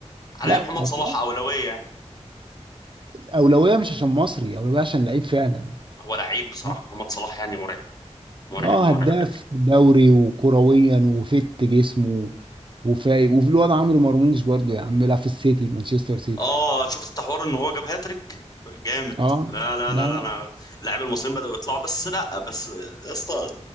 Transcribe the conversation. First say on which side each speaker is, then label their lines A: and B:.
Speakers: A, on the left; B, on the right.
A: علي
B: لا
A: محمد
B: هتلاقي
A: صلاح اولويه يعني
B: اولويه مش عشان مصري اولويه عشان لعيب فعلا
A: هو لعيب بصراحه
B: لا
A: محمد صلاح يعني مرعب مرعب
B: اه
A: مرعب
B: هداف دوري وكرويا وفت جسمه وفايق وفي الواد عمرو مرموش برضو يا عم بيلعب في السيتي مانشستر سيتي
A: اه شفت التحوار ان هو جاب هاتريك جامد
B: اه
A: لا لا
B: لا
A: لا لا
B: لا
A: انا اللاعب المصريين بداوا يطلعوا بس لا بس يا اسطى